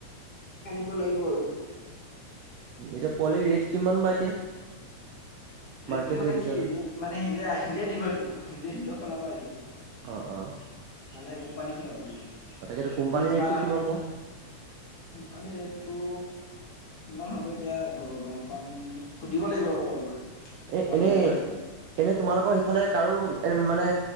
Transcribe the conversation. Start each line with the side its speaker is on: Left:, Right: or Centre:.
Left: <unintelligible> লাগিব আৰু।
Right: এতিয়া পোৱালিৰ ৰেট কিমান বা এতিয়া।
Left: ৰেটতটো
Right: মাৰ্কেট
Left: মানে
Right: ৰেট হিচাপে
Left: কি, ৰেট মানে সেহেন্তে আ, সেহেন্তে দিব। সেইটোক হিন্তে সেন্তৰ ফালৰ পৰা আহি দিব।
Right: অ অ'।
Left: মানে কোম্পানী খেলাব দিব।
Right: তাকেতো কোম্পানীৰ
Left: তুমি যিমান
Right: ৰেটটো
Left: আনা
Right: কিমান বা
Left: কোম্পানীৰ ৰেটটো কিমান হ'ব এতিয়া গ গম পাম সুধিব লাগিব আৰু কল কৰি।
Right: এ
Left: কন্টেক
Right: এনে।
Left: কৰি
Right: এনে তোমালোকৰ এইফালে কাৰো এ মানে